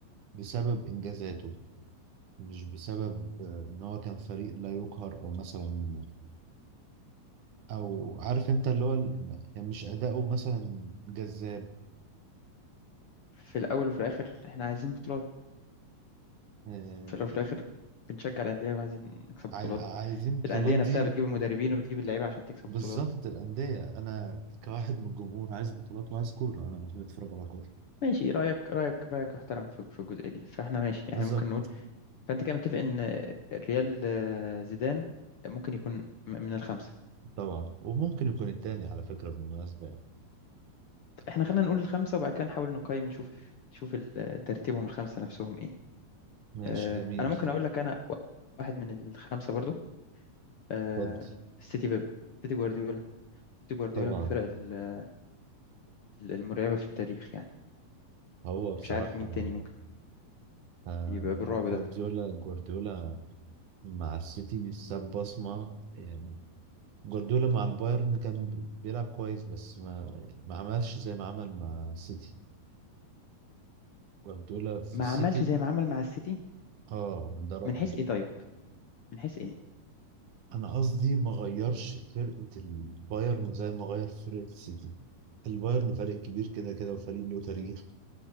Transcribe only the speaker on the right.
بسبب انجازاته مش بسبب آه، ان هو كان فريق لا يقهر او مثلا او عارف انت اللي هو ال- يعني مش اداؤه مثلا جذاب
آه،
عاي- عايزين البطولات
دي
بالظبط
الأندية أنا كواحد من الجمهور عايز بطولات وعايز كورة أنا بحب أتفرج على كورة
بالظبط
طبعا وممكن يكون التاني على فكرة بالمناسبة يعني
ماشي
جميل
اتفضل
طبعا
هو بصراحة
آه،
جوارديولا
جوارديولا مع السيتي ساب بصمة يعني جوارديولا مع البايرن كان بيلعب كويس بس ما يعني ما عملش زي ما عمل مع السيتي جوارديولا في
السيتي
اه ده رأيي
انا قصدي ما غيرش فرقه البايرن زي ما غير فرقه السيتي البايرن فريق كبير كده كده وفريق له تاريخ